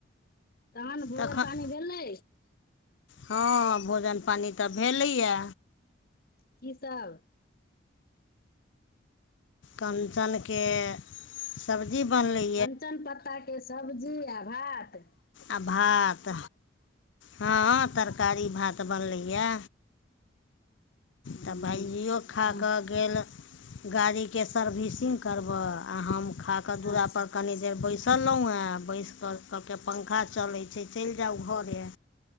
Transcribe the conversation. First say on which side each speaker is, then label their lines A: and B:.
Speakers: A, on the left; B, on the left.
A: तहन भोजन
B: तखन
A: पानि भेलै
B: हँ भोजन पानि तऽ भेलैयए
A: की सब
B: कञ्चनके सब्जी बनलै
A: कञ्चन पत्ताके सब्जी आ भात
B: आ भात हँ तरकारी भात बनलैए
A: ह
B: तऽ भाईजियो खाकऽ
A: त
B: गेल गाड़ीके सर्विसिंग करबै आर हम खाकऽ दुअरापर
A: अच्छा अच्छा
B: कनि देर बैसल रहहुँ हँ बैस कऽ कऽ के पंखा चले छै चलि जाउ घरे